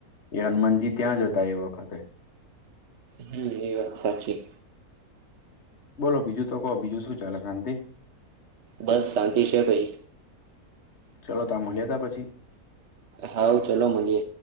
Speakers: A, on the left; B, on the right.
A: એ હનુમાનજી ત્યાં જ હતા એ વખતે.
B: હમ એ વાત સાચી.
A: બોલો બીજું તો કો બીજું શું ચાલે શાંતિ?
B: બસ શાંતિ છે ભઈ.
A: ચાલો તાર મળ્યા તાર પછી.
B: હાઉ ચાલો મલીએ.